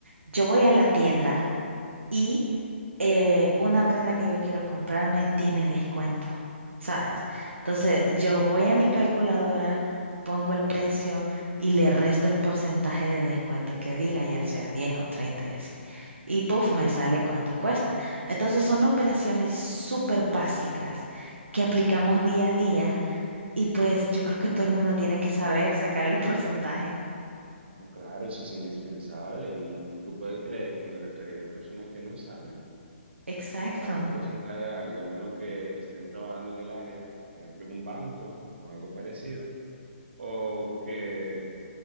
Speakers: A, on the right; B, on the right.
A: Yo voy a la tienda. Y eh, una prenda que yo quiero comprarme tiene descuento, ¿sabes? Entonces
B: ujú.
A: yo voy a mi calculadora, pongo el precio y le resto el porcentaje de descuento que diga, ya sea 10 o 30 y así. Y puff, me sale cuánto cuesta. Entonces son operaciones súper básicas que aplicamos día a día y pues yo creo que todo el mundo tiene que saber sacar el <laughs> porcentaje.
B: No, Claro, eso es indispensable y tú puedes creer que en la actualidad hay personas que no saben.
A: Exacto.
B: sacarle un porcentaje a algo, a menos que estén trabajando en el área, por ejemplo, en un banco o algo parecido, o que,